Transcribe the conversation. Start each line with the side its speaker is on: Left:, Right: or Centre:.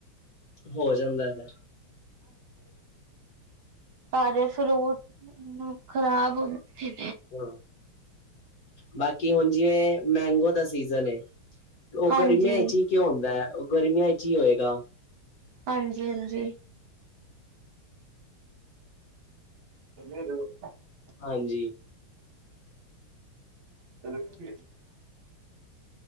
Left: ਹੋ ਜਾਂਦਾ ਫੇਰ
Right: ਪਰ ਫਿਰੋਜ਼ ਖ਼ਰਾਬ ਹ
Left: ਹਾਂ ਬਾਕੀ ਹੁਣ ਜਿਵੇਂ, ਮੈਂਗੋ ਦਾ ਸੀਜਨ ਉਹ
Right: ਹਾਂਜੀ
Left: ਗਰਮੀਆਂ ਵਿੱਚ ਹੀ ਕਿਉਂ ਹੁੰਦਾ ਹੈ, ਉਹ ਗਰਮੀਆਂ ਵਿੱਚ ਹੀ ਹੋਏਗਾ।
Right: ਹਾਂਜੀ-ਹਾਂਜੀ, <unintelligible>
Left: ਹਾਂਜੀ
Right: <unintelligible>